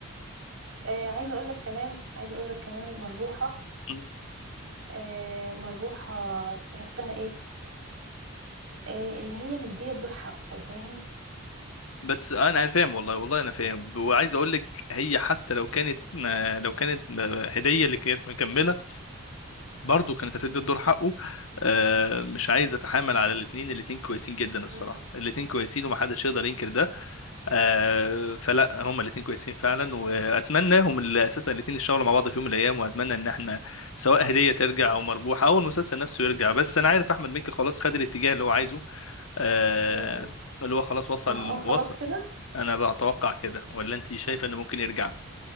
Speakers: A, on the right; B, on the left.
A: آه، عايزه اقول لك كمان عايزه اقول لك كمان مربوحه
B: م.
A: آه، مربوحه تحسها ايه آه، اللي هي مديه الدور حقه فاهم
B: بس انا انا فاهم والله والله انا فاهم وعايز اقول لك هي حتى لو كانت آه، لو كانت آه، هديه اللي كانت مكمله برضه كانت هتدي الدور حقه آه، مش عايز اتحامل على الاثنين الاثنين كويسين جدا الصراحه
A: امم
B: الاثنين كويسين ومحدش يقدر ينكر ده آه، فلا هما الاثنين كويسين فعلا واتمناهم اللي اساسا الاثنين يشتغلوا مع بعض في يوم من الايام واتمنى ان احنا سواء هديه ترجع او مربوحه او المسلسل نفسه يرجع بس انا عارف احمد مكي خلاص خد الاتجاه اللي هو عايزه آه،
A: امم
B: اللي هو خلاص وصل
A: معقول خلاص
B: وصل
A: كده
B: انا بتوقع كده ولا انت شايفه انه ممكن يرجع